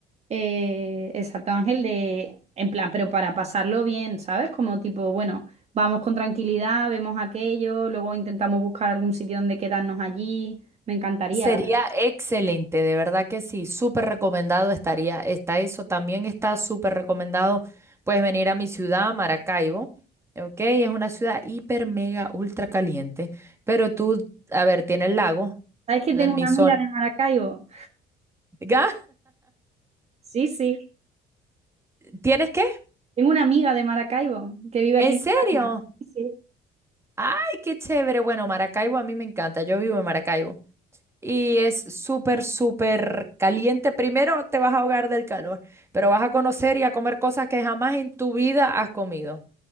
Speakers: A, on the right; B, on the right.
A: eh, exacto, Ángel, de, en plan, pero para pasarlo bien, ¿sabes? Como tipo, bueno, vamos con tranquilidad, vemos aquello, luego intentamos buscar algún sitio donde quedarnos allí. Me encantaría,
B: Sería
A: la verdad.
B: excelente, de verdad que sí, súper recomendado estaría, está eso, también está súper recomendado, puedes venir a mi ciudad, Maracaibo, ¿ok? Es una ciudad hiper, mega, ultra caliente, pero tú, a ver, tiene el lago
A: ¿Sabes que
B: en
A: tengo
B: mi
A: una
B: zona,
A: amiga de Maracaibo?
B: ¿Ya?
A: Sí, sí.
B: ¿Tienes qué?
A: Tengo una amiga de Maracaibo que vive
B: ¿En
A: aquí en
B: serio?
A: España. Sí, sí.
B: ¡Ay, qué chévere! Bueno, Maracaibo a mí me encanta, yo vivo en Maracaibo. y es súper, súper caliente. Primero te vas a ahogar del calor, pero vas a conocer y a comer cosas que jamás en tu vida has comido,